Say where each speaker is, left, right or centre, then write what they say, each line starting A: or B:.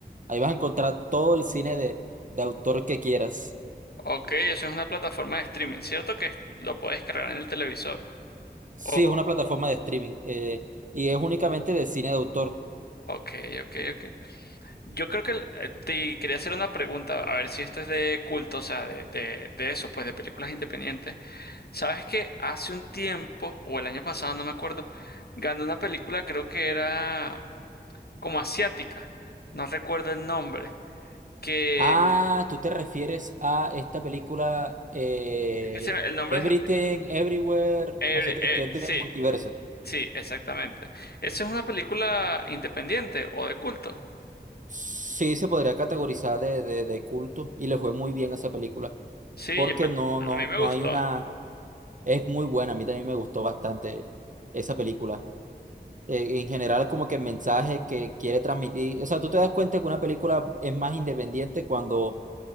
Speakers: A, on the right (about 50°); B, on the left (about 65°).
A: Ahí vas a encontrar todo el cine de, de autor que quieras.
B: Ok, eso es una plataforma de streaming, ¿cierto? Que lo puedes cargar en el televisor.
A: Sí,
B: Oh,
A: es una plataforma de streaming eh, y es únicamente de cine de autor.
B: ok, ok, ok. Yo creo que eh, te quería hacer una pregunta, a ver si esto es de culto, o sea, de, de, de eso, pues de películas independientes. ¿Sabes que hace un tiempo, o el año pasado, no me acuerdo, ganó una película, creo que era como asiática, no recuerdo el nombre, que...
A: Ah, tú te refieres a esta película eh,
B: que se El nombre
A: Everything,
B: es...
A: Everywhere,
B: eh,
A: no sé qué, que
B: eh,
A: es del
B: sí,
A: multiverso.
B: sí, exactamente. ¿Esa es una película independiente o de culto?
A: Sí, se podría categorizar de, de, de culto y le fue muy bien a esa película,
B: Sí,
A: porque
B: yo me- a
A: no, no,
B: mí me
A: no
B: gustó.
A: hay una, es muy buena, a mí también me gustó bastante esa película. Eh, en general, como que el mensaje que quiere transmitir, o sea, tú te das cuenta que una película es más independiente cuando